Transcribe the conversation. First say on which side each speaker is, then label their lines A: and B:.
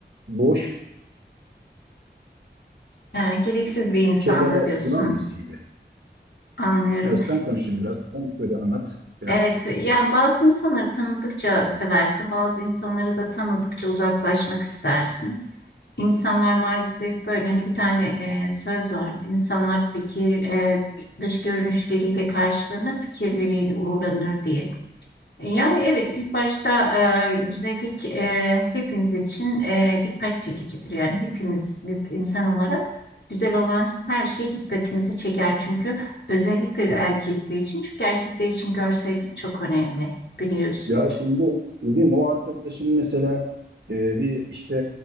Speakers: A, on the right (about 80°); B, on the left (about 70°).
A: boş
B: E, gereksiz bir insanda
A: şeylerle
B: diyorsun.
A: duran birisiydi.
B: Anlıyorum.
A: Evet sen konuşun biraz. Sen söyle anlat biraz.
B: Evet, ve- yani bazı insanları tanıdıkça seversin, bazı insanları da tanıdıkça uzaklaşmak istersin. İnsanlar maalesef böyle hani bir tane e, söz var. İnsanlar fikir e, dış görünüşleriyle karşılanır, fikirleriyle uğurlanır diye. E, Yani evet ilk başta e, güzellik e, hepimiz için e, dikkat çekicidir. Yani hepimiz biz insan olarak güzel olan her şey dikkatimizi çeker. Çünkü özellikle de erkekler için. Çünkü erkekler için görsellik çok önemli biliyorsun.
A: Ya şimdi dedim o arkadaşım mesela e, bir işte